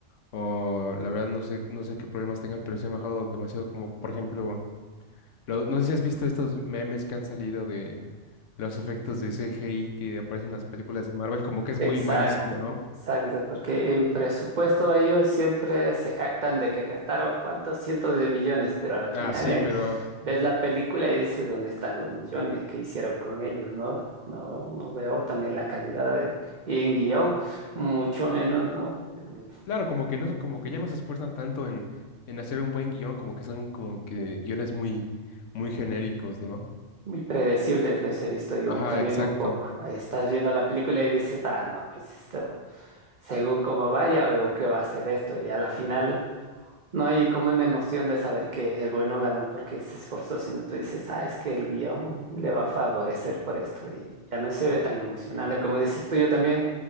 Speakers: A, on the left; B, on the right.
A: o la verdad no sé, no sé qué problemas tengan, pero sí han bajado demasiado, como por ejemplo, lo- no sé si has visto estos memes que han salido de los efectos de CGI que aparecen en las películas de Marvel, como que es
B: Exacto,
A: muy malísimo, ¿no?
B: exacto, porque en presupuesto ellos siempre se jactan de que gastaron cuántos cientos de millones, pero al final
A: Ah, sí,
B: eh,
A: pero
B: ves la película y dices dónde están los millones que hicieron con ellos, ¿no? No, no veo también la calidad de- y en guión, mucho menos, ¿no? El-
A: claro, como que no, como que ya no se esfuerzan tanto en, en hacer un buen guión, como que son como que guiones muy, muy genéricos, ¿no?
B: Muy predecibles les he visto yo
A: Ajá,
B: también
A: exacto.
B: un poco. Ahí Estás viendo la película y dices, ah, no, pues esto, según cómo vaya, veo que va a ser esto, y a la final. No, hay como una emoción de saber que el bueno ganó porque se esforzó, sino tú dices, ah, es que el guión le va a favorecer por esto y ya no se ve tan emocionante. Como dices tú, yo también